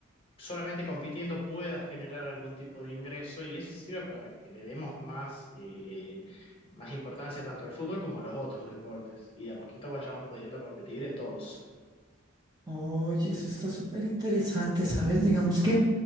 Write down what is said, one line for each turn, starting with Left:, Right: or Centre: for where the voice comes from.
Left: solamente compitiendo puedas generar algún tipo de ingreso y eso sirve para que le demos más, eh, más importancia tanto al fútbol como a los otros deportes y de a poquito vayamos pudiendo competir en todos.
Right: Oye, eso está súper interesante, ¿sabes? Digamos que